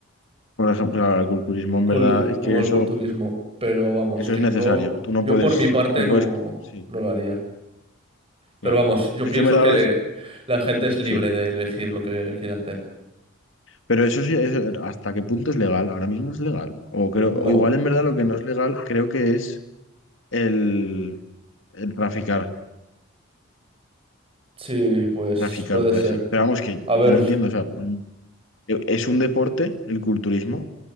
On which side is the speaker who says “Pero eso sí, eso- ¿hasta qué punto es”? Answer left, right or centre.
Left